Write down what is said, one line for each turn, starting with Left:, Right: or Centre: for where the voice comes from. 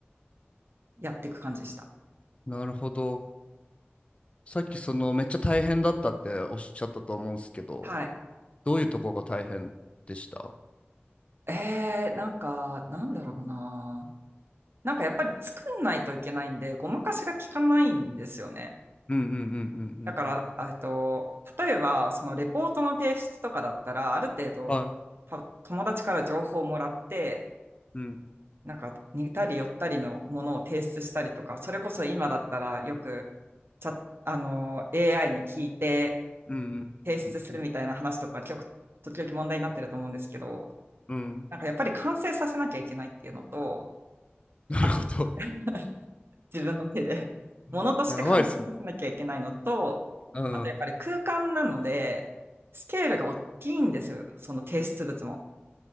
Right: やっていく感じでした。
Left: なるほどさっきそのめっちゃ大変だったっておっしゃったと思うんですけど
Right: はい。
Left: どういうとこが大変でした
Right: えー、なんか、なんだろうな。なんかやっぱり作んないといけないんで、ごまかしが効かないんですよね。
Left: うんうんうんうんうん
Right: だから、えっと、例えば、そのレポートの提出とかだったら、ある程度、
Left: うんはい
Right: た友達から情報をもらって、
Left: うん
Right: なんか似たり寄ったりのものを提出したりとか、それこそ今だったらよく、チャッあの、AI に聞いて
Left: うんうんうん
Right: 提出するみたいな話とか、結き時々問題になってると思うんですけど、
Left: うんうん
Right: なんかやっぱり完成させなきゃいけないっていうのと、
Left: なるほど
Right: あ <laughs> 自分の手で。物として完成させなきゃいけないのと、
Left: <laughs> やばいっすねうん
Right: あとやっぱり空間なので、スケールが大きいんですよ、その提出物も。